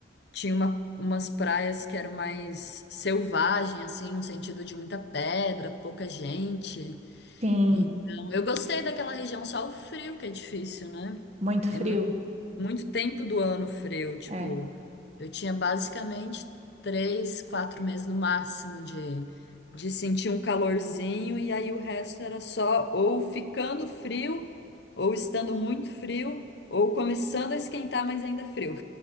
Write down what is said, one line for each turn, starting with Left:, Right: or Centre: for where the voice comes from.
Left: Tinha uma- umas praias que eram mais selvagem, assim, no sentido de muita pedra, pouca gente.
Right: Sim,
Left: Então, eu gostei daquela região, só o frio que é difícil, né?
Right: muito
Left: É
Right: frio.
Left: muito, muito tempo do ano frio. Tipo,
Right: é.
Left: eu tinha basicamente três, quatro meses no máximo de, de sentir um calorzinho, e aí o resto era só ou ficando frio, ou estando muito frio, ou começando a esquentar, mas ainda frio.